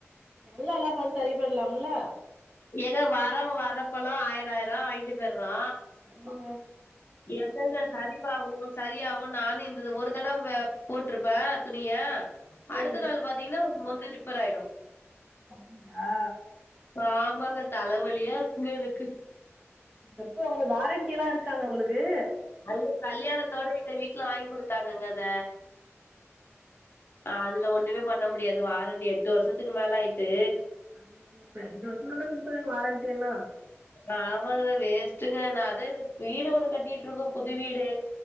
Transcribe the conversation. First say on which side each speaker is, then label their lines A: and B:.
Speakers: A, on the right (about 30°); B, on the left (about 50°).
A: நல்லா எல்லா பா சரி பண்லாம்ல
B: ஏதோ வரவு வரப்பெல்லா ஆயிராயிரா வாங்கிட்டு பேய்யிறோ
A: ஆமங்க
B: எந்தத சரி காவு சரியாவு நானு இந்த ஒரு தடவ போட்டிருப்பே துணிய
A: ம்
B: அடுத்த நாளு பாத்தீங்கன்னா ஒண்ணு ரிப்பர் ஆயிடு
A: அப்டியா
B: ஆமங்க தலவலியா இருக்குங்க எனக்கு
A: எப்போ உங்க வாரண்டில்லா இருக்காங்க உங்களுக்கு
B: ஐய கல்யாணத்தோட எங்க வீட்டுல வாங்கி கொடுத்தாங்கங்க அத அதுல ஒண்ணுமே பண்ண முடியாது வாரண்டி எட்டு வருஷத்துக்கு மேல ஆயிட்டு
A: ஆம இப்ப ரெண்டு வர்ஷல்ல குடுத்தாங்க வாரண்டி எல்லா
B: ஆமாங்க வேஸ்ட்டுங்க நா அதா இந்த வீடு ஒண்ணு கட்டிட்டு இருக்கோ புது வீடு